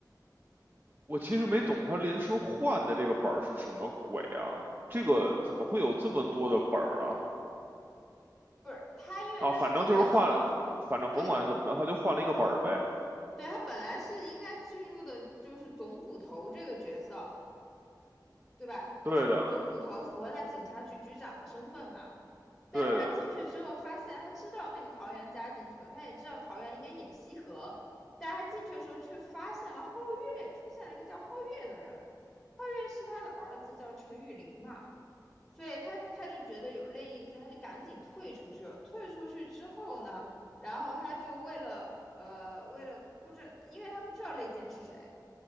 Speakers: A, on the right; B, in the centre.
A: 我其实没懂他临时换的这个本儿是什么鬼啊？这个怎么会有这么多的本儿啊？
B: 不是他，因为他是警察局，
A: 啊，反正就是换了，反正甭管是怎么着，
B: 对
A: 他就换了一个本儿呗。
B: 对，他本来是应该进入的就是总捕头这个角色。对吧？他是总捕头，
A: 对的，
B: 符合他警察局局长的身份嘛。但是他进去之后，
A: 对的，
B: 发现他知道那个陶阳加进去了，他也知道陶阳应该演西河，但是他进去的时候却发现了皓月，出现了一个叫皓月的人。皓月是他的儿子，叫陈雨林嘛。所以他他就觉得有内应，所以他就赶紧退出去了。退出去之后呢，然后他就为了呃为了不知道，因为他不知道内奸是谁，